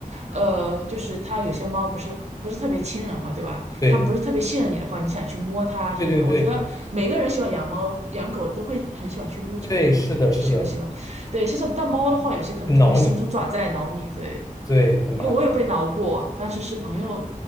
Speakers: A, on the right; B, on the left.
A: 呃，就是它有些猫不是不是特别亲人嘛，对吧？
B: 对
A: 它不是特别信任你的话，你想去摸它什么的？
B: 对对对
A: 我觉得每个人喜欢养猫、养狗的都会很喜欢去撸宠物，
B: 对，是的，
A: 我觉得这是一个喜欢。
B: 是的，
A: 对，像是但猫的话，有些可能就会伸出爪子来挠你，
B: 挠你，
A: 对，
B: 对，很麻烦，
A: 因为我有被挠过，当时是朋友